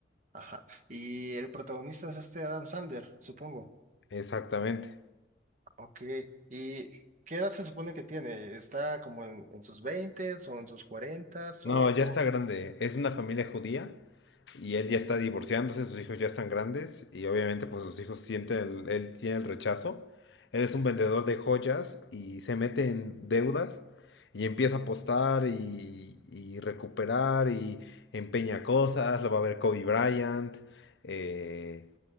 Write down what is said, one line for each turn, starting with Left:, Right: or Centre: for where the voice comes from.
Right: ajá. Y el protagonista es este Adam Sandler, supongo.
Left: Exactamente.
Right: Ok. ¿Y qué edad se supone que tiene? ¿Está como en, en sus veintes o en sus cuarentas
Left: No,
Right: O,
Left: ya
Right: o-
Left: está grande. Es una familia judía y él ya está divorciándose, sus hijos ya están grandes y obviamente pues sus hijos sienten, el- él tiene el rechazo. Él es un vendedor de joyas y se mete en deudas y empieza a apostar y, y recuperar y empeña cosas, lo va a ver Kobe Bryant, eh,